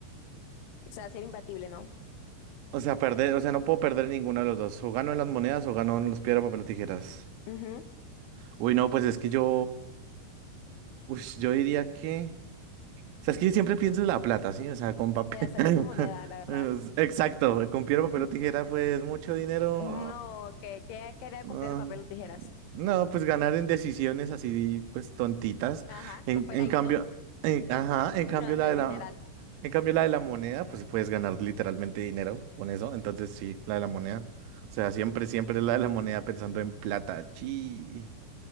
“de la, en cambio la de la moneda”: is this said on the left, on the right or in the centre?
Right